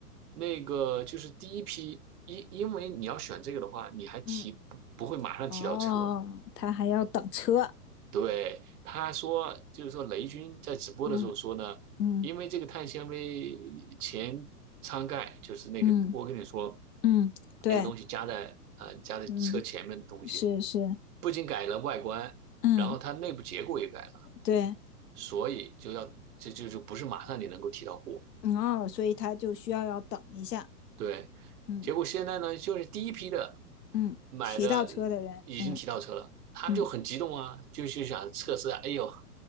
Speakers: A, on the right (about 70°); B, on the left (about 85°).
A: 那个就是第一批，因因为你要选这个的话，你还提不不会马上提到车，
B: 嗯哦，他还要等车。
A: 对，他说，就是说雷军在直播的时候说呢，
B: 嗯嗯
A: 因为这个碳纤维前舱盖，就是那个我跟你说
B: 嗯嗯，对，
A: 那个东西加在呃加在车前面的东西，
B: 嗯，是是，
A: 不仅改了外观，
B: 嗯
A: 然后它内部结构也改了，
B: 对。
A: 所以就要这就就不是马上你能够提到货。
B: 嗯哦，所以他就需要要等一下，
A: 对，
B: 嗯
A: 结果现在呢，就是第一批的
B: 嗯，
A: 买的已经提到车了，
B: 骑到车的人，嗯
A: 他们就很激动啊，
B: 嗯，
A: 就就想测试啊，哎呦，